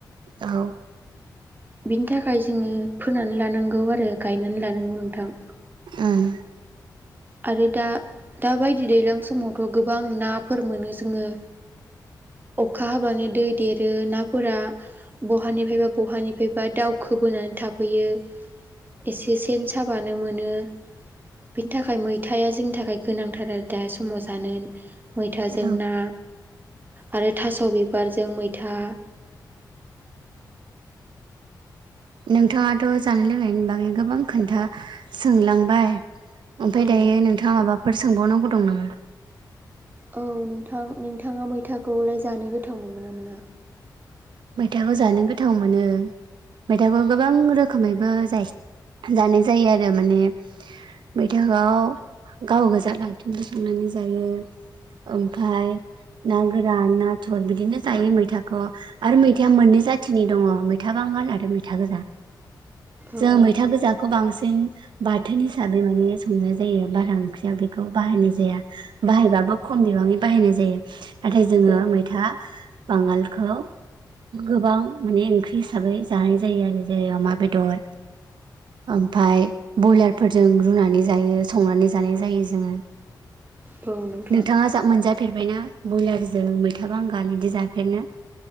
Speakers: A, on the right (about 90°); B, on the right (about 25°).
A: औ।
B: बेनि थाखाय जोङो फोनानै लानांगौ आरो गायनानै लानांगौ नोंथां।
A: उम।
B: आरो दा दाबायदि दैलां समावथ' गोबां नाफोर मोनो जोङो खा हाबानो दै देरो नाफोरा बहानिफ्रायबा बहानिफ्रायबा दावउखोबोनानै था फैयो एसे सेन साबानो मोनो बेनि थाखाय मैथाया जोंनि थाखाय गोनांथार आरो दा समाव जानो मैथाजों
A: औ
B: ना आरो। थास' बिबारजों मैथा
A: नोंथाङाथ' जानाय लोंनायनि बागै गोबां खोन्था सोंलांबाय। ओमफ्राय
B: औ
A: दायो
B: नोंथां
A: नोंथाङा माबाफोर सोंबावनांगौ दं नामा?
B: औ नोंथां नोंथाङा मैथाखौलाय जानो गोथाव मोनगोन ना मोना।
A: मैथाखौ जानो गोथाव मोनो। मैथाखौ गोबां रोखोमैबो जायस जानाय जायो आरो माने। मैथाखौवाव गाव गोजा <unintelligible> संनानै जायो। ओमफ्राय ना गोरान नाथुर बिदिनो जायो मैथाखौ आरो मैथाया मोननै जाथिनि दङ मैथा बांगाल आरो मैथा गोजा
B: औ
A: जों
B: नोंथां
A: मैथा गोजाखौ बांसिन। बाथोन हिसाबै माने संनाय जायो बारा ओंख्रियाव बेखौ बाहायनाय जाया बाहायबाबो खमनि गोबाङै बाहायनाय जायो नाथाय जोङो
B: औ
A: मैथा बांगालखौ गोबां माने ओंख्रि हिसाबै जानाय जायो आरो जेरै अमा बेदर ओमफाय बयलारफोरजों रुनानै जायो संनानै जानाय जायो जोङो
B: औ नोंथां
A: नोंथाङा जा मोनजा फेरबायना बयलारजों मैथा बांगाल बिदि जाफेरनो